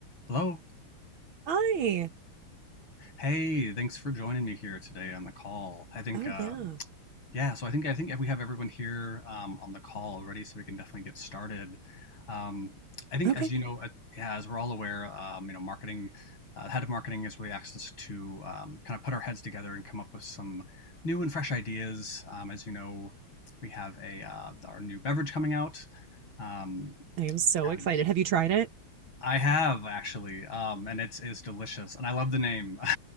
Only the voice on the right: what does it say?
Hi.
Oh
yeah.
Okay.
I am so excited.
Have you tried it?